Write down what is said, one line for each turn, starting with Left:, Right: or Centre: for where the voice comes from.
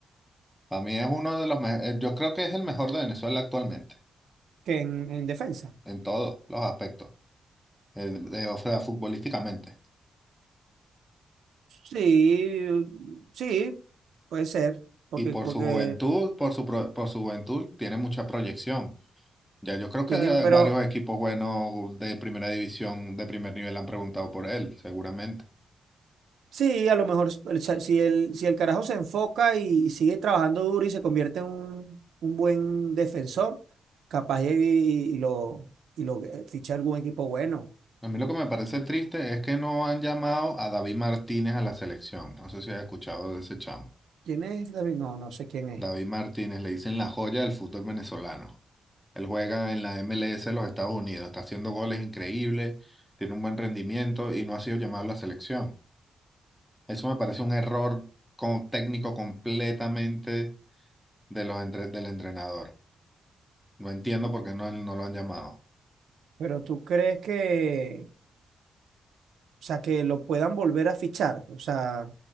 Centre: Para mí es uno de los mejores. Yo creo que es el mejor de Venezuela actualmente,
Right: Que en, en defensa.
Centre: en todos los aspectos. Eh, de- o sea, futbolísticamente.
Right: Sí, sí, puede ser. Porque,
Centre: Y por
Right: porque
Centre: su juventud, por su, pro- por su juventud, tiene mucha proyección. Ya yo creo
Right: tiene,
Centre: que
Right: pero
Centre: varios equipos buenos de primera división, de primer nivel, han preguntado por él, seguramente.
Right: sí, a lo mejor s- el cha- si el, si el carajo se enfoca y, y sigue trabajando duro y se convierte en un, un buen defensor, capaz y, y- y lo, y lo eh, ficha algún equipo bueno.
Centre: A mí lo que me parece
Right: ¿Y
Centre: triste
Right: qué-
Centre: es que no han llamado a David Martínez a la selección. No sé si has escuchado de ese chamo.
Right: ¿Quién es David? No, no sé quién es.
Centre: David Martínez le dicen la joya del fútbol venezolano. Él juega en la MLS de los Estados Unidos, está haciendo goles increíbles, tiene un buen rendimiento y no ha sido llamado a la selección. Eso me parece un error con- técnico completamente de los entre- del entrenador. No entiendo por qué no, no lo han llamado.
Right: Pero tú crees que, o sea, que lo puedan volver a fichar. O sea.